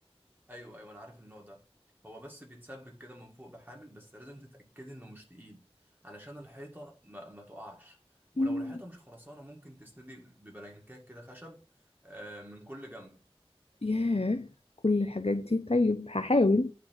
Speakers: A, on the right; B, on the left.
A: ايوه ايوه انا عارف النوع ده هو بس بيتسبك كده من فوق بحامل بس لازم تتاكدي انه مش تقيل علشان الحيطه ما, ما تقعش
B: مم.
A: ولو الحيطه مش خرسانه ممكن تسندي ببلانكات كده خشب آه، من كل جنب
B: ياه كل الحاجات دي طيب هحاول